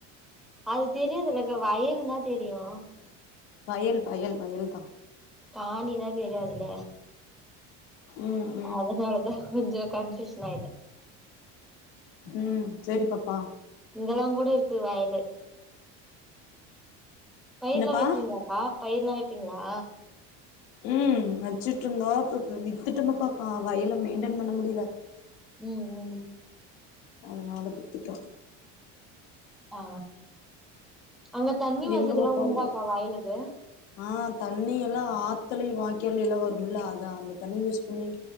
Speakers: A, in the centre; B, on the left (about 85°).
A: அது தெரியது இல்லக்கா வயல் தா தெரியு
B: வயல் வயல் வயல் தா
A: பாணினா தெரியாதுல
B: உம்
A: அதனாலதா கொஞ்சு கன்ஃபியூஷ் ஆயிட்ட
B: உம் சரி பாப்பா
A: இங்கல்லா கூட இருக்கு வயலு பயிரு
B: என்னப்பா
A: எலா வைப்பீங்களாக்கா பயிர எலா வைப்பீங்களா
B: உம் வச்சுட்டு இருந்தோ இப்ப வித்துட்டோமப்பா வயல் மெயின்டெயன் பண்ண முடியல
A: உம் உம்
B: அதனால வித்துட்டோ
A: ஆ அங்க தண்ணி வசதில்லா
B: எங்க பாப்பாவா
A: உண்டாக்கா வயலுக்கு
B: ஆ தண்ணி எல்லா ஆத்தலையு வாய்க்காலையு எல்லா வரும்ல அதா அந்த தண்ணி யூஸ் பண்ணி